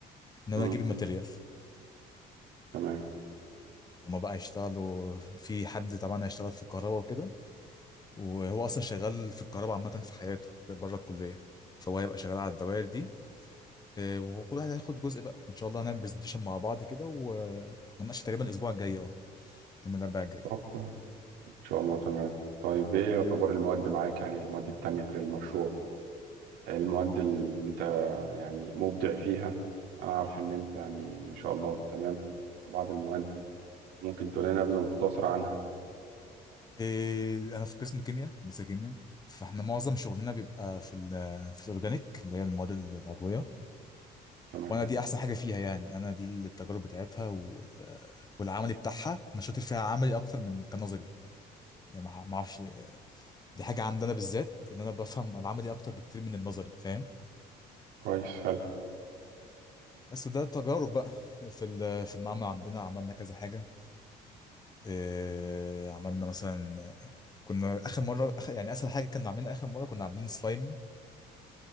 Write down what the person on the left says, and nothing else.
ان انا
اجيب الماتيريال
هما بقى هيشتغلوا في حد طبعا هيشتغل في الكهرباء وكده وهو اصلا شغال في الكهرباء عامه في حياته بره الكليه فهو هيبقى شغال على الدوائر دي آه، وكل واحد هياخد جزء بقى وان شاء الله هنعمل برزنتيشن مع بعض كده ومناقشه تقريبا الاسبوع الجاي اه يوم الاربعاء الجاي
آه، انا في قسم كيمياء هندسه كيمياء فاحنا معظم شغلنا بيبقى في ال في الاورجانيك اللي هي المواد العضويه
وانا دي احسن حاجه فيها يعني انا دي التجارب بتاعتها وال- والعملي بتاعها انا شاطر فيها عملي اكتر من كنظري يعني ما ما اعرفش دي حاجة عندنا بالذات ان انا بفهم العملي اكتر بكتير من النظري فاهم
بس ده تجارب بقى في ال- في المعمل عندنا عملنا كذا حاجة إيه عملنا مثلا كنا اخر مرة آخر يعني اسهل حاجة كنا عاملينها اخر مرة كنا عاملين سلايم